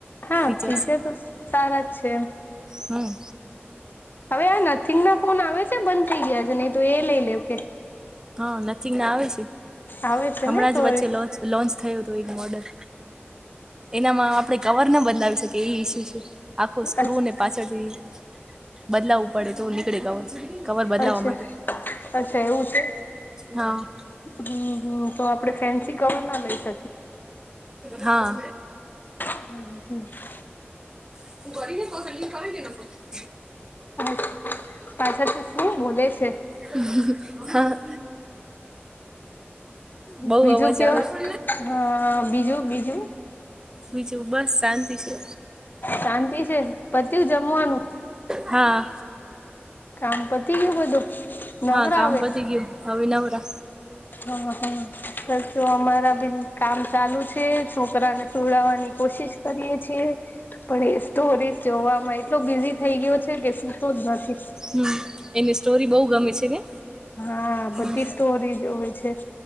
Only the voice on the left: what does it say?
હા
ફીચર તો સારા જ છે એમ
હવે આ નથિંગના ફોન આવે છે બંધ થઈ ગયા છે, નહી તો એ લઈ લેવ કે
આવે છે
ને તો
હા
અચ્છા
અચ્છા
અચ્છા એવું છે,
હમ્મ હમ્મ તો આપડે ફેન્સી કવર ના લઈ શ
<unintelligible>
આજ પાછળથી શું બોલે છે?
બીજું
કયો
હ બીજું બીજું?
શાંતિ છે પત્યું જમવાનું
કામ પતિ ગયું બધું
નવરા
હવે?
હમ્મ, હમ્મ બસ જો અમારા બી કામ ચાલુ છે. છો કરાને સુવડાવવાની કોશિશ કરીએ છીએ. પણ એ સ્ટોરી જોવામાં એટલો બિઝી થઈ ગયો છે, કે સુતો જ નથી.
હા, બધી
સ્ટોરી જોવે છે.